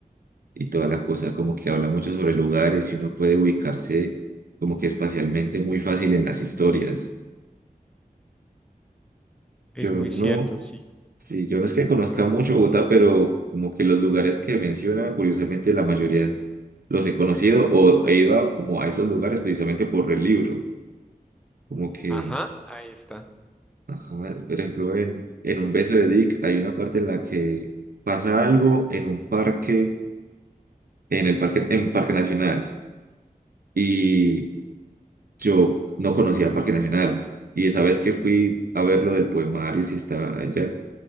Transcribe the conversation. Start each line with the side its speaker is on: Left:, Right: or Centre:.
Right: y toda la cosa, como que habla mucho sobre lugares y uno puede ubicarse como que espacialmente muy fácil en las historias.
Centre: Es
Right: Yo
Centre: muy
Right: no
Centre: cierto, sí.
Right: Sí, yo no es que conozca mucho Bogotá, pero como que los lugares que menciona, curiosamente la mayoría los he conocido o he ido a, como a esos lugares precisamente por el libro. Como que,
Centre: Ajá, ahí está.
Right: ajá, por ejemplo, en, en Un beso de Dick hay una parte en la que pasa algo en un parque, en el parque, en Parque Nacional. Y yo no conocía Parque Nacional. Y esa vez que fui a ver lo del poemario, si estaba allá.